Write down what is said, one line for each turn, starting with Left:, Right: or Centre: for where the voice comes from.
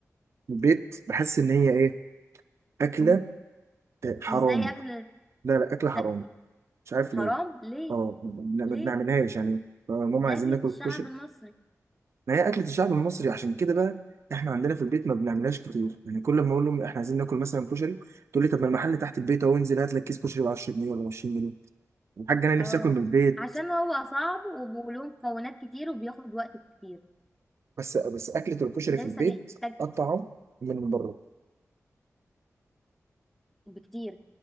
Right: البيت بحس ان هي ايه اكله
Centre: مم.
Right: حرام
Centre: مش زي اكل
Right: لا لا اكله حرام
Centre: د-
Right: مش عارف ليه
Centre: حرام ليه
Right: اه ما ما
Centre: ليه
Right: بنعملهاش يعني آه، ماما
Centre: دي
Right: عايزين
Centre: اكله
Right: ناكل
Centre: الشعب
Right: كشري
Centre: المصري
Right: ما هي اكله الشعب المصري عشان كده بقى احنا عندنا في البيت ما بنعملهاش كتير يعني كل ما اقول لهم احنا عايزين ناكل مثلا كشري تقول لي طب ما المحل تحت البيت اهو انزل هات لك كيس كشري ب 10 جنيه ولا 20 جنيه الحاج انا نفسي
Centre: اه
Right: اكل من البيت
Centre: عشان هو صعب وبيقولوه مكونات كتير وبياخد وقت كتير
Right: بس بس اكله الكشري
Centre: ده
Right: في البيت
Centre: لسه بيحتاج
Right: اطعم من بره
Centre: بكتير